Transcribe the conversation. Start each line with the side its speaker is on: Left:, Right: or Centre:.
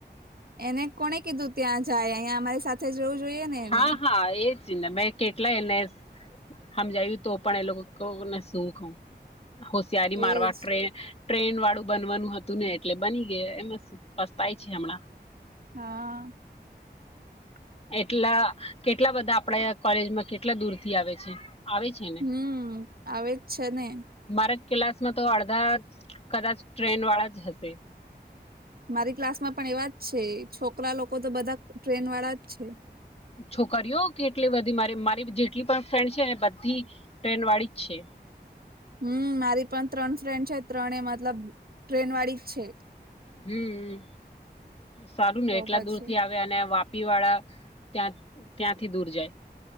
Right: એને કોણે કીધું ત્યાં જાય અહીંયા અમારી સાથે સાથે જવું જોઈએ ને. એને
Left: હા હા એજને મેં કેટલાય એને હમ જાયવુ તો પણ એ લોકોને શું કહુ હોશિયારી મારવા
Right: એજ
Left: ટ્રે ટ્રેન વાળું બનવાનું હતું ને એટલે બની ગયું એમાં શું પસ્તાય છે હમણાં.
Right: હાઆઆ. હ <unintelligible>
Left: એટલા કેટલા બધા આપડે કોલેજમાં કેટલા દૂર થી આવે છે આવે છે. ને
Right: હમ્મ આવે જ છે ને.
Left: મારા ક્લાસમાં તો અડધા કદાચ ટ્રેન વાળા જ હશે.
Right: મારી ક્લાસમાં પણ એવા જ છે છોકરા લોકો તો બધા ટ્રેન વાળા જ છે.
Left: છોકરીઓ કેટલી બધી મારી મારી જેટલી પણ ફ્રેન્ડ છે એ બધી ટ્રેન વાળી જ છે.
Right: હમ્મ મારી ત્રણ ફ્રેન્ડ છે ત્રણે મતલબ ટ્રેન વાળી જ છે.
Left: હમ્મ સારું ને
Right: તો
Left: એટલા
Right: પછી
Left: દૂર થી આવે અને વાપી વાળા ત્યાં ત્યાંથી દૂર જાય.